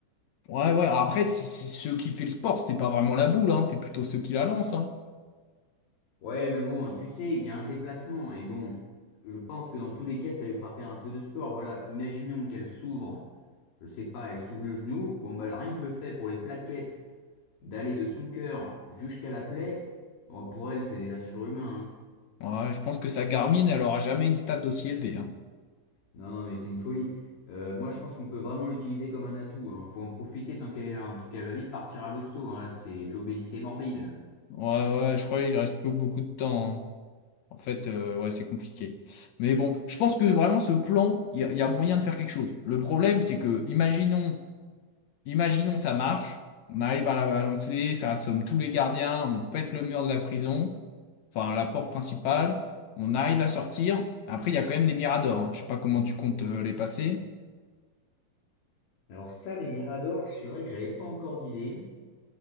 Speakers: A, on the left; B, on the left.
A: Ouais, ouais. Après, si, si ceux qui fait le sport, c'est pas vraiment la boule, hein, c'est plutôt ceux qui la lancent. hein.
B: Ouais, mais bon, tu sais, il y a un déplacement. Et bon, je pense que dans tous les cas, ça lui fera faire un peu de sport. Voilà, imaginons qu'elle s'ouvre. Je sais pas, elle s'ouvre le genou. Bon, bah, rien que le fait pour les plaquettes D'aller de son cœur jusqu'à la plaie, bon, pour elle, c'est déjà surhumain. hein.
A: Ouais, je pense que sa Garmin, elle aura jamais une stat aussi élevée. hein.
B: Non, non, mais c'est une folie. Euh, moi, je pense qu'on peut vraiment l'utiliser comme un atout. hein. Faut en profiter tant qu'elle est là, hein, parce qu'elle va vite partir à l'hosto. hein. Là, c'est de l'obésité morbide.
A: Ouais, ouais, je crois qu'il reste peu- beaucoup de temps. hein. En fait, euh, ouais, c'est compliqué. Mais bon, je pense que vraiment ce plan, il y, a il y a moyen de faire quelque chose. Le problème, c'est que, imaginons. Imaginons ça marche, on arrive à la balancer, ça assomme tous les gardiens, on pète le mur de la prison, enfin la porte principale, on arrive à sortir. Après, il y a quand même les miradors. hein. Je sais pas comment tu comptes euh, les passer.
B: Alors ça, les miradors, c'est vrai que j'avais pas encore d'idée.